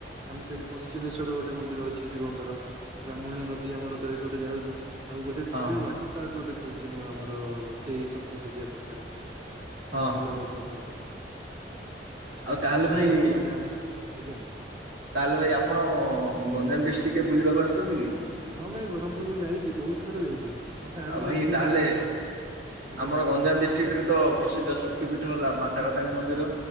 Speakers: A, on the right (about 35°); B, on the right (about 85°).
A: ଆମେ ସେମିତି ପଶ୍ଚିମେଶ୍ର ଗୋଟେ ମନ୍ଦିର ଅଛି ଶିବଙ୍କର। ବ୍ରାହ୍ମଣୀ ନଦୀ ଆମର ତ ଏପଟେ ଯାଉଛି। ଆଉ ଗୋଟେ
B: ହଁ
A: ଏବେ
B: ହଁ
A: ୱାଟର ପାର୍କ ଗୋଟେ ଖୋଲିଛି ନୁଆଁ ଆମର ସେଇ ସପ୍ତ ଶଯ୍ୟା ପାଖରେ।
B: ହଁ
A: ଭଲ
B: ହଁ
A: ୱାଟର ପାର୍କଟି।
B: ଆଉ ତାହେଲେ ଭାଇ
A: ସାପୁଆ ଡ୍ୟାମ ଆଜ୍ଞା
B: ତାହେଲେ ଭାଇ ଆପଣ ଗଞ୍ଜାମ ଡିଷ୍ଟ୍ରିକ୍ଟ କିଏ ବୁଲିବାକୁ ଆସିଛନ୍ତି କି?
A: ହଁ ଭାଇ, ବ୍ରହ୍ମପୁର ମୁଁ ଯାଇଛି ବହୁତ ଥର ଯାଇଛି। ମୋ ସାର୍
B: ଆଉ
A: ବି
B: ଭାଇ,
A: ଏଇଠି
B: ତାହେଲେ
A: ମୁଁ ଯାହା ଆଜ୍ଞା
B: ଆମର ଗଞ୍ଜାମ
A: ଆଜ୍ଞା
B: ଡିଷ୍ଟ୍ରିକ୍ଟରେ ପ୍ରସିଦ୍ଧ ଶକ୍ତିପୀଠ ହେଲା ମା ତାରାତାରିଣୀ ମନ୍ଦିର।